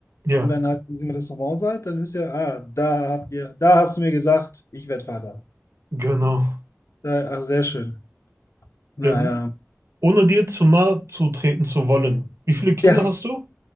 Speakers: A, on the right; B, on the left.
A: ja,
B: und dann halt im Restaurant seid, dann wisst ihr, ah, da habt ihr, da hast du mir gesagt, ich werde Vater.
A: genau.
B: Da, ach, sehr schön. Naja.
A: Ähm, ohne dir zu nahe zu treten zu wollen. Wie viele Kinder
B: Ja, Ja,
A: hast du?